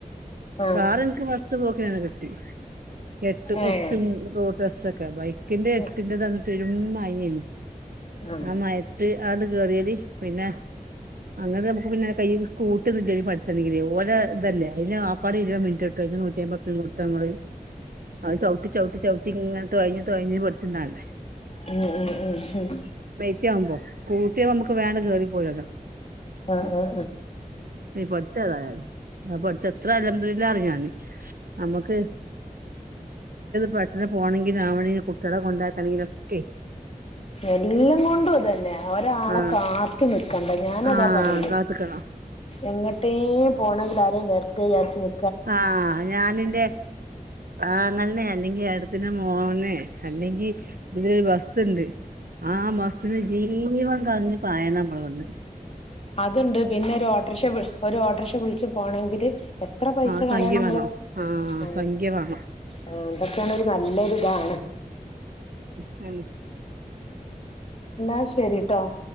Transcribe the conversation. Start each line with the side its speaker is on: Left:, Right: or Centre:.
Left: ആഹ്
Right: കാര എനിക്ക് ഇ പോക്കയാണ് കിട്ടി എട്ട്
Left: ഏഹ്
Right: എച്ച റോ ബസ്സക്കെ ബായി <unintelligible>
Left: ആഹ്
Right: പെരു മയ അന്
Left: ഉം
Right: ആമാ ട്ട് ആട് കേറിയ പിന്നെ അങ്ങനെ നമുക്ക് പിന്നെ കൈ സ്കൂ കട്ട പഠിച്ചിണ്ടെങ്കിലീ ഓല ഇതല്ലേ അതിന് ആപ്പാട് ഇരുപത് മിനിറ്റ് ഇട്ട് നൂറ്റി അമ്പത്തി കൊടുത്ത് നമ്മള് അത് ചവിട്ട ചവിട്ടി ചവിട്ടി തഴി തഴിഞ് പഠിച്ചിണ്ടേ
Left: ഉം ഉം ഉം
Right: എയാമ്പോ കൂട്ടിയ നമുക്ക് വേണ്ട ചോറി പോയല്ലോ
Left: ആ ആ ആ
Right: പൊഠിച്ച അതായാലരുന്നു ആ പൊഠിച്ച എത്ര അല്ലല്ലറ ഞാന് നമ്മുക്ക്ട് പെട്ടെന്ന് പോകണമെങ്കിലിൽ രാവണെ കുട്ടികളെ കൊണ്ടാക്കണെങ്കിലൊക്കെ
Left: എല്ലാം കൊണ്ടുംതന്നെ ഒരാളെ
Right: ആ
Left: കാത്തു നിക്കണ്ട ഞാന
Right: ആ
Left: അതാ പറയില്
Right: കാത്ത്ക്കണം
Left: എങ്ങട്ടേും പോണമെങ്കിൽ ആരെയും വെർട്ടചരിച്ച് നീ
Right: ആ ഞാനിന്റെ തങ്ങന്ന ഏടത്തിന്റെ മോനെ അല്ലെങ്കി ഇരു ബസ്ണ്ട് ആ ബസ്സിന് ജീവൻ കളഞ്ഞു പയം നമ്മള് കിടന്ന്
Left: അതുണ്ട് പിന്നെ ഒരു ഓഡ്രഷബ- ഒരു ഓട്ടോറിക്ഷ വിളിച്ച് പോകണമെങ്കിൽ എത്ര പൈസ
Right: ആ
Left: കളയണം
Right: സംഖ്യ
Left: നമ്മള്
Right: വേണം
Left: ആ
Right: സംഖ്യ വേണം
Left: ആ എന്തൊക്കെയാണ് നല്ലൊരു ഇതാണ്
Right: ഉം
Left: എന്നാ ശരിട്ടോ